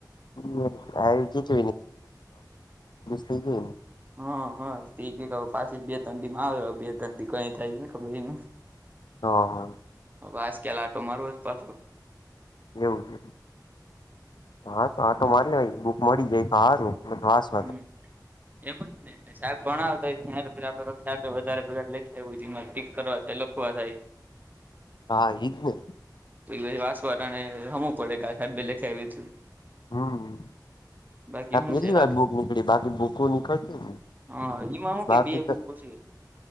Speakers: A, on the left; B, on the right.
A: <unintelligible> પોલીસ થઈ ગઈ ન
B: હા હા તે કે હવે પાછી બે તન દીમાં આવે બે તન દી કઈ થાય ઈ કોને ખબર ઇને
A: હ હ
B: વાસ કેલા આટો મારું પા
A: એવું છે હા તો આટો મારિ આઈ બુક મડી જાય તો હારું <unintelligible>
B: હમ્મ એમજ ને લે શાક ભણાવતા આપડા વધારે પેગા લખી આવ એમાં પીક કરવા થાય લખવા થાય
A: હા ઇજ ને
B: તો વાસવા ટાણે હમવુ પડે કારણકે <unintelligible>
A: હમ્મ
B: બાકી શું
A: પેલી
B: છે
A: વાર
B: હાલ
A: બુક નીકળી બાકી બુકો નીકળતી
B: હા એમાં હું
A: બાકી
B: કે બે
A: તો
B: બુકો છે.